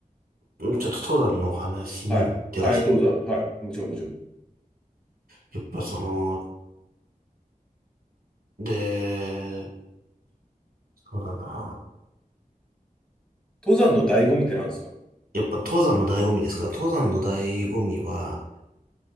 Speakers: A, on the right; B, in the centre.
A: ちょっと登山のお話にもよってらしい
B: はい。はい、登山。はい。もちろん、もちろん。
A: やっぱその、で、そうだな。
B: 登山の醍醐味って何ですか
A: やっぱ登山の醍醐味ですから、登山の醍醐味は、
B: うん